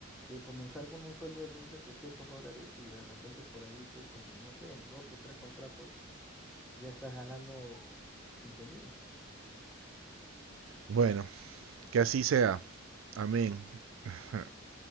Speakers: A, in the centre; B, on the right (about 70°).
A: y comenzar con un sueldo de 1.700 dólares y de repente por ahí, pues en, no sé, en dos o tres contratos ya estás ganando 15.000.
B: Bueno, que así sea. Amén. <laughs>